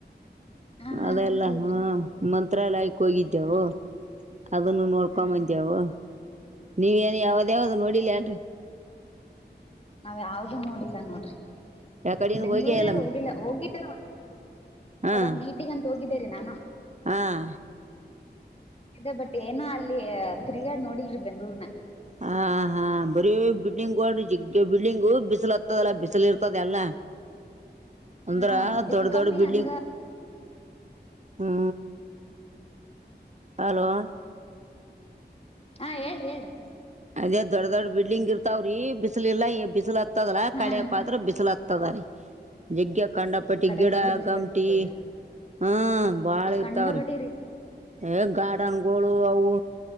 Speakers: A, on the left; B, on the right.
A: ಹಾ ಹಾ
B: ಅದೆಲ್ಲ
A: ಹೌದ್ರಿ
B: ಹಾ ಮಂತ್ರಾಲಯಕ್ಕೆ ಹೋಗಿದ್ದೆವು.
A: ಹ್ಮ್
B: ಅದನ್ನು ನೋಡ್ಕೊಂಬಂದೇವು
A: ಹಾ
B: ನೀವ ಏನ್ ಯಾವ್ದ ಯಾವ್ದ ನೋಡಿಲಿ ಏನ್ರಿ!
A: ನಾವ ಯಾವ್ದ ನೋಡಿಲ್ಲ ನೋಡ್ರಿ
B: ಯಾವ ಕಡೆನು
A: ಬೆಂಗ್ಳೂರ
B: ಹೋಗೇ ಇಲ್ಲ
A: ಹೋಗ್ಿಲ್ಲ ಹೋಗಿದ.
B: ಹಾಂ
A: ಅವಾಗ ಮೀಟಿಂಗ್ ಅಂತ ಹೋಗಿದ್ದೇರಿ ನಾನು.
B: ಹಾಂ
A: ದೆ ಬಟ್ ಏನ ಅಲ್ಲಿ ತಿರುಗಾಡ್ ನೋಡಿಲ್ರಿ ಬೆಂಗ್ಳೂರ್ನ.
B: ಹ ಹಾ ಬರೀ ಬಿಲ್ಡಿಂಗ್ ಜಗ್ ಬಿಲ್ಡಿಂಗ್ ಬಿಸಿಲ ಹತ್ತದಲ್ಲ ಬ! ಇರ್ತದೆ ಎಲ್ಲ. ಒಂದ್ರ
A: ಹಾ ಬಿಸ್ಲ್
B: ದೊಡ್ಡ ದೊಡ್ಡ
A: ಕಮ್ಮಿ
B: ಬಿಲ್ಡಿಂಗ್.
A: ಹಂಗ
B: ಹ ಹಲೋ
A: ಹಾ ಹೇಳ್ರಿ ಹೇಳ್ರಿ
B: ಅದೇ ದೊಡ್ ದೊಡ್ ಬಿಲ್ಡಿಂಗ್ ಇರ್ತಾವ್ರೀ ಬಿಸಿಲಿಲ್ಲಾ ಬಿಸಿಲು ಹತ್ತದಲ
A: ಹಾ
B: ಕಣಿಯಕ್್ರ ಬಿಸಿಲುಲತ್ತ ದ ರ ಜಗ್ <unintelligible> ಖಂಡಪಟ್ಟಿ
A: ಕಡೆಕ್
B: ಗಿಡ
A: ಹೋದ್ರ ಬಿಸ್ಲ
B: ಗಮಟಿ
A: ಆಗ್ತತದ್ರಿ
B: ಹಾ ಬಾಳ
A: ಕಂಡ
B: ಇರ್ತಾವ್ರಿ.
A: ಬಟ್ಟಿರಿ
B: ಏ ಗಾರ್ಡನ್ಗಳು ಅವು!